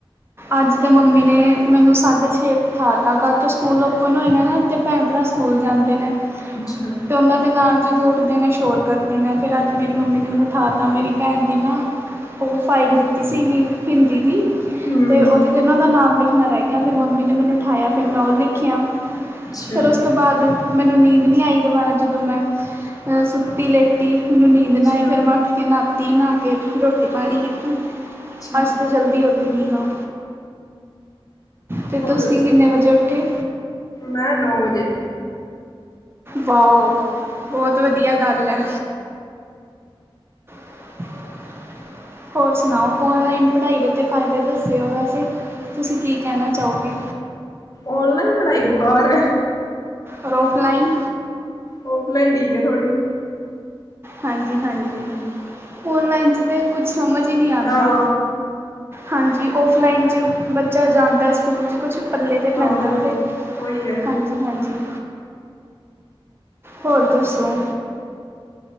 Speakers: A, on the right; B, on the left.
A: ਅੱਜ ਤੇ ਮੰਮੀ ਨੇ ਮੈਨੂੰ ਸਾਢੇ ਛੇ ਉਠਾ ਤਾ ਕੱਲ੍ਹ ਤੋਂ ਸਕੂਲ ਓਪਨ ਹੋਏ ਨੇ ਨਾ ਤੇ ਭੈਣ-ਭਰਾ ਸਕੂਲ ਜਾਂਦੇ ਨੇ।
B: ਅੱਛਾ
A: ਤੇ ਉਹਨਾਂ ਦੇ ਨਾਲ ਜਦੋਂ ਉੱਠਦੇ ਨੇ ਸ਼ੋਰ ਕਰਦੇ ਨੇ ਫਿਰ ਅੱਜ ਮੇਰੀ ਮੰਮੀ ਨੇ ਮੈਨੂੰ ਉਠਾ ਤਾ ਮੇਰੀ ਭੈਣ ਦੀ ਨਾ ਉਹ ਫਾਈਲ ਦਿੱਤੀ ਸੀਗੀ ਹਿੰਦੀ ਦੀ।
B: ਹਮ
A: ਤੇ ਉਹਦੇ ਤੇ ਨਾ ਉਹਦਾ ਨਾਮ ਲਿਖਣਾ ਰਹਿ ਗਿਆ ਫਿਰ ਮੰਮੀ ਨੇ ਮੈਨੂੰ ਠਾਇਆ ਫਿਰ ਮੈਂ ਉਹ ਲਿਖਿਆ।
B: ਅੱਛਾ
A: ਫਿਰ ਉਸ ਤੋਂ ਬਾਅਦ ਮੈਨੂੰ ਨੀਂਦ ਨੀ ਆਈ ਦੁਬਾਰਾ ਜਦੋਂ ਮੈਂ, ਅਹ ਸੁੱਤੀ ਲੇ ਲੇਟੀ ਮੈਨੂੰ ਨੀਂਦ
B: ਅੱਛਾ
A: ਨਾ ਆਏ ਫੇਰ ਮੈਂ ਉੱਠ ਕੇ ਨਾਤੀ ਨਾ ਕੇ ਰੋਟੀ ਪਾਣੀ ਕੀਤਾ,
B: ਅੱਛਾ
A: ਅੱਜ ਤੇ ਜਲਦੀ ਉੱਠ ਗਈ ਹਾਂ। ਤੇ
B: ਹੋਰ
A: ਤੁਸੀਂ
B: ਦੱਸੋ
A: ਕਿੰਨੇ ਵਜੇ ਉੱਠੇ?
B: ਮੈਂ ਨੌ ਵਜੇ।
A: ਵਾਓ, ਬਹੁਤ ਵਧੀਆ ਗੱਲ ਐ। <inaudible> ਹੋਰ ਸੁਣਾਓ ਔਨਲਾਈਨ ਪੜ੍ਹਾਈ ਦੇ ਤਾਂ ਫਾਇਦੇ ਦੱਸਿਓ ਵੈਸੇ, ਤੁਸੀਂ ਕੀ ਕਹਿਣਾ ਚਾਹੋਗੇ।
B: ਔਨਲਾਈਨ ਪੜ੍ਹਾਈ ਬਕਾਰ ਐ।
A: ਔਰ ਔਫਲਾਈਨ?
B: ਔਫਲਾਈਨ ਠੀਕ ਏ ਥੋੜ੍ਹੀ।
A: ਹਾਂਜੀ-ਹਾਂਜੀ ਔਨਲਾਈਨ 'ਚ ਤਾਂ ਕੁਛ ਸਮਝ ਹੀ ਨਹੀਂ ਆਂਦਾ।
B: ਹਾਂ
A: ਹਾਂਜੀ ਔਫਲਾਈਨ 'ਚ ਬੱਚਾ ਜਾਂਦਾ ਸਕੂਲ 'ਚ ਕੁਛ ਪੱਲੇ ਤੇ
B: ਹਾਂ
A: ਪੈਂਦਾ ਉਹਦੇ।
B: ਉਹੀ ਐ।
A: ਹਾਂਜੀ-ਹਾਂਜੀ, ਹੋਰ ਦੱਸੋ।